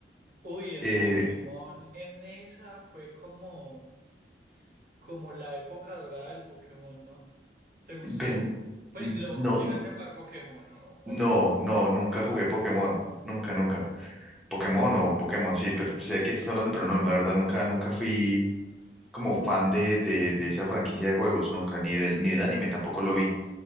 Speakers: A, on the right; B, in the centre.
A: Uy, el
B: Eh,
A: Pokémon en esa fue como, como la época dorada del Pokémon, ¿no? ¿Te gustó?
B: pues
A: Pues lo,
B: no,
A: ¿llegaste a jugar Pokémon ¿no? o
B: no,
A: no?
B: no, nunca jugué Pokémon, nunca, nunca. Pokémon o Pokémon, sí, pero sé que estás hablando, pero no, la verdad nunca, nunca fui como fan de, de, de esa franquicia de juegos, nunca, ni
A: Ok,
B: del, ni del anime tampoco lo vi.